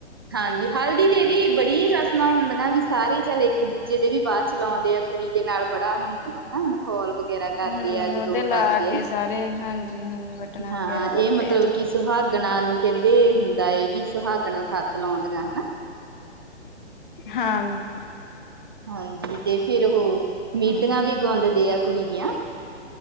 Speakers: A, on the right; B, on the left.
A: ਹਾਂਜੀ ਹਲਦੀ ਦੇ ਵੀ ਬੜੀ ਰਸਮਾਂ ਹੁੰਦੀਆਂ ਵੀ ਸਾਰੇ ਚੱਲ ਇੱਕ ਦੂਜੇ ਦੇ ਵੀ ਬਾਅਦ ਚ ਲਾਉਂਦੇ ਆ ਕੁੜੀ ਦੇ ਨਾਲ ਬੜਾ ਬਨਦਾ ਮਖੌਲ ਵਗ ਵਗੈਰਾ ਕਰਦੇ
B: ਹਮ
A: ਆ, ਜਦੋਂ
B: ਉਹਦੇ
A: ਉਹ
B: ਲਾ
A: ਕਰਦੇ
B: ਕੇ
A: ਆ,
B: ਸਾਰੇ ਹਾਂਜੀ ਹ ਬਟਨਾ
A: ਹਾਂ
B: ਵਗੈਰਾ ਲਾਉਂਦੇ
A: ਇਹ ਮਤਲਬ
B: ਆ।
A: ਕਿ ਸੁਹਾਗਨਾ ਨੂੰ ਕੈਂਦੇ ਹੁੰਦਾ ਏ ਵੀ ਸੁਹਾਗਨਾ ਸੱਤ ਲੌਂਦੀਆਂ ਹਨਾ।
B: ਹਾਂਜੀ।
A: ਹਾਂਜੀ ਤੇ ਫਿਰ ਉਹ ਮੀਢੀਆ
B: ਹਾਂ
A: ਵੀ ਗੋਂਦ ਦੇਆ ਕੁੜੀ ਦੀਆਂ